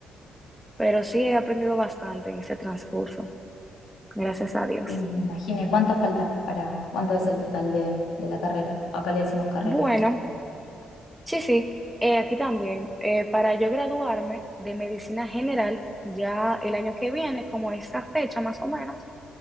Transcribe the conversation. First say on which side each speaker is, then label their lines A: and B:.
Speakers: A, in the centre; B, on the left.
A: pero sí he aprendido bastante en ese transcurso, gracias a Dios.
B: Sí, me imagino. ¿Y cuánto falta para, cuánto es el total de, de la carrera? Acá le decimos carrera
A: Bueno,
B: a los estudios.
A: sí, sí, eh, aquí también, eh, para yo graduarme de medicina general, ya el año que viene, como a esta fecha más o menos,